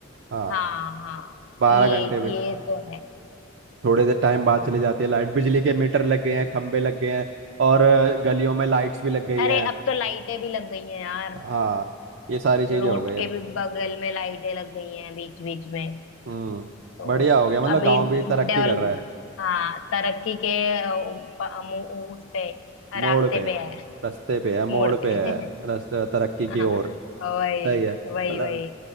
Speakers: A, on the right; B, on the left.
A: हाँ
B: हाँ हाँ
A: बारह
B: ये
A: घंटे भी
B: ये तो है
A: थोड़े देर टाइम बाद
B: हम्म।
A: चली जाती है लाइट बिजली के मीटर लग गए हैं खंबे लग गए हैं और अ, गलियों में लाइट्स भी लग गई
B: अरे
A: हैं
B: अब तो लाइटें भी लग गई हैं यार
A: हाँ ये सारी चीजें
B: रोड
A: हो गई है
B: के भी बगल में लाइटें लग गई हैं बीच बीच में
A: हम्म
B: तो
A: बढ़िया हो गया मतलब
B: अभी
A: गांव भी तरक्की
B: डेवल
A: कर रहा है
B: हाँ तरक्की के अ, प- अ, मु- उस पे
A: मोड़
B: रास्ते
A: पे
B: पे है
A: रास्ते पे है मोड़
B: मोड़
A: पे
B: पे
A: है
B: <laughs>
A: रास्ते तरक्की
B: <laughs>
A: की ओर
B: वही
A: सही है
B: वही
A: मतलब
B: वही